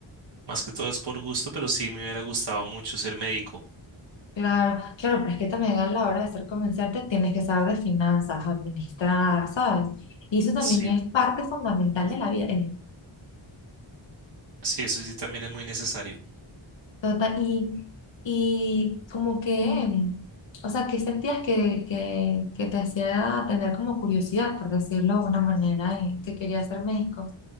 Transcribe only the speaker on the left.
Claro, claro, pero es que también a la hora de ser comerciante tienes que saber de finanzas, administrar, ¿sabes? Y eso también
es parte fundamental de la vida,
Total, y, y como que, o sea, ¿qué sentías que, que, que te hacía tener como curiosidad, por decirlo de una manera, eh, que quería ser médico?